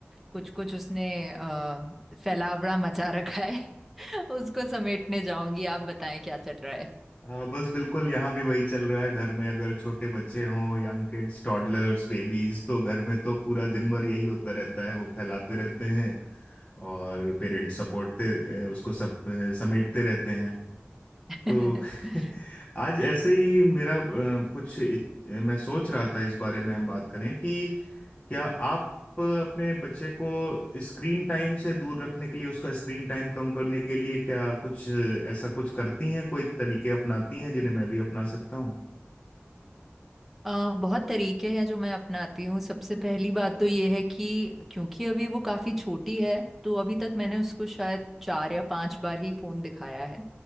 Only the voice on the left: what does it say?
अ, बस बिल्कुल यहाँ भी वही चल रहा है घर में अगर छोटे बच्चे हों यंग किड्स टॉडलर्स बेबीज तो घर में तो पूरा दिन भर यही होता रहता है वो फैलाते रहते हैं और पेरेंट्स सपोर्टते उसको सब अ, समेटते रहते हैं तो
<laughs> आज ऐसे ही मेरा अ, कुछ इत- मैं सोच रहा था इस बारे में हम बात करें कि क्या आप अपने बच्चे को स्क्रीन टाइम से दूर रखने के लिए उसका स्क्रीन टाइम कम करने के लिए क्या कुछ अ, ऐसा कुछ करती हैं कोई तरीके अपनाती हैं जिन्हें मैं भी अपना सकता हूँ